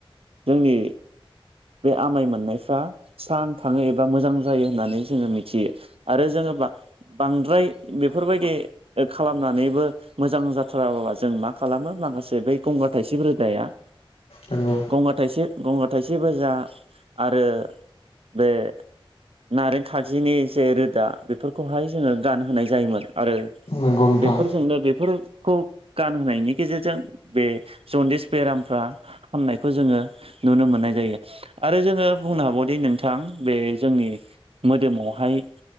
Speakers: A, on the right; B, on the left.
A: जोंनि बे आमाय मोननायफ्रा स्रां थांङो एबा मोजां जायो होननानै जोंङो मिथियो। आरो जोंङो बांद्राय बेफोरबायदि खालामनानैबो मोजां जाथाराबाबा जों मा खालामो माखासे बै गंगार थाइसिब‌ रोदाया
B: नंगौ
A: गंगार थाइसिब गंगा थाइसिब जा आरो बे नारें खागजिनि जे रोदा बेफोरखौहाय जोंङो गानहोनाय जायोमोन आरो
B: नंगौ नोंथां
A: बेफोरजोंनो बे बेफोरखौ गानहोनायनि गेजेरजों बे जनडेस बेरामफ्रा हामनायखौ जोंङो नुनो मोननाय जायो। आरो जोंङो बुंनो हाबायोदि नोंथां बे जोंनि मोदोमावहाय